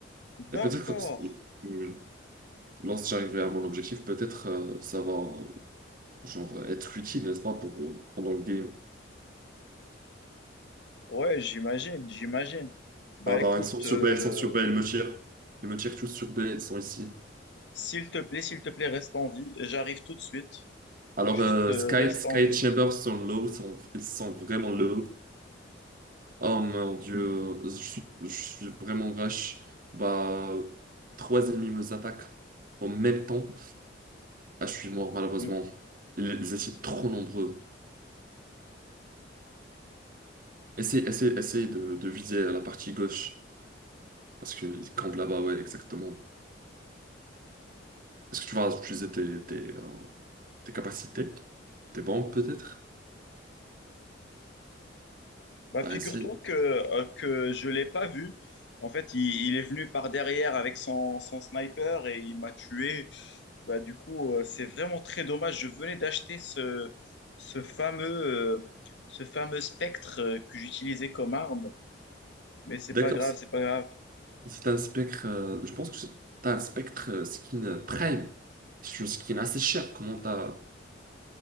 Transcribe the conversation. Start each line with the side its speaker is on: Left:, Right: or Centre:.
Left: d'accord.
Right: Et peut-être que, euh, lorsque j'arriverai à mon objectif, peut-être, euh, ça va, euh, genre, être utile, n'est-ce pas, pour, euh, pendant le game.
Left: Ouais, j'imagine, j'imagine. Bah
Right: Ah, bah,
Left: écoute,
Right: ils sont sur
Left: euh,
Right: B, ils sont sur B, ils me tirent. Ils me tirent tous sur B, ils sont ici.
Left: s'il te plaît, s'il te plaît, reste en vie. J'arrive tout de suite.
Right: Alors,
Left: Juste
Right: euh,
Left: euh,
Right: Sky,
Left: reste
Right: Sky
Left: en vie.
Right: et Chambers sont low, sont, ils sont vraiment low. Oh mon Dieu, je suis, je suis vraiment rush. Bah, trois ennemis me attaquent en même temps. Ah, je suis mort malheureusement.
Left: Bon.
Right: Ils, ils étaient trop nombreux. Essaye, essaye, essaye de, de viser à la partie gauche, parce qu'ils campent là-bas, ouais, exactement. Est-ce que tu vas utiliser tes, tes, euh, tes capacités? Tes bombes peut-être?
Left: Bah,
Right: Bah,
Left: figure-toi
Right: essaye.
Left: que, euh, que je ne l'ai pas vu. En fait, il, il est venu par derrière avec son, son sniper et il m'a tué. Bah, du coup, euh, c'est vraiment très dommage. Je venais d'acheter ce, ce fameux, euh, ce fameux spectre euh, que j'utilisais comme arme, mais c'est
Right: D'accord,
Left: pas grave, c'est pas grave.
Right: C'est un spectre, euh, je pense que c'est t'as un spectre euh, skin euh, prime. C'est une skin assez chère. Comment t'as,